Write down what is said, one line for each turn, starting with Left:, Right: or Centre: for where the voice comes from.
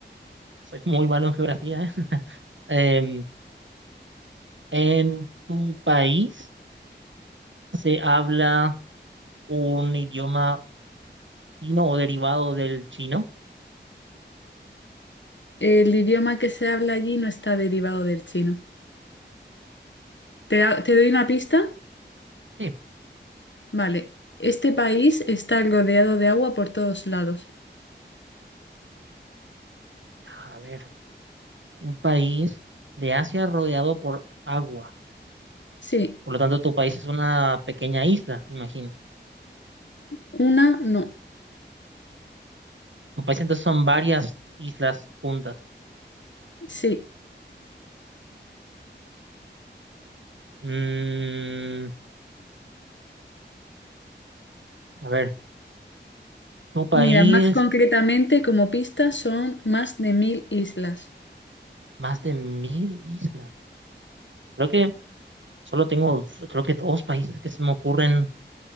Right: soy muy malo en geografía, ¿eh? <laughs> Em, ¿en tu país se habla un idioma chino o derivado del chino?
Left: El idioma que se habla allí no está derivado del chino. ¿Te, ha- te doy una pista?
Right: Sí.
Left: Vale. Este país está rodeado de agua por todos lados.
Right: A ver, un país de Asia rodeado por agua.
Left: Sí,
Right: Por lo tanto, tu país es una pequeña isla, imagino.
Left: una, no.
Right: Tu país entonces son varias islas juntas.
Left: Sí.
Right: Mm, a ver, tu país,
Left: Mira, más concretamente, como pista, son más de mil islas.
Right: más de mil islas. Creo que Solo tengo, creo que dos países que se me ocurren.